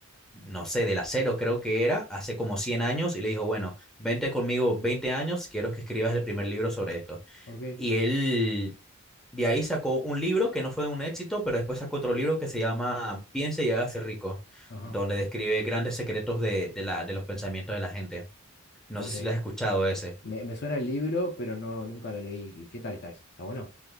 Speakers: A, in the centre; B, on the left.
A: no sé, del acero creo que era, hace como 100 años, y le dijo, bueno, vente conmigo 20 años, quiero que escribas el primer libro sobre esto.
B: ok,
A: Y él de ahí sacó un libro que no fue un éxito, pero después sacó otro libro que se llama Piense y hágase rico,
B: ajá,
A: donde describe grandes secretos de, de, la, de los pensamientos de la gente. No
B: ok.
A: sé si lo has escuchado ese.
B: Me, me suena el libro, pero no, nunca lo leí. ¿Qué tal está ese? ¿Está bueno?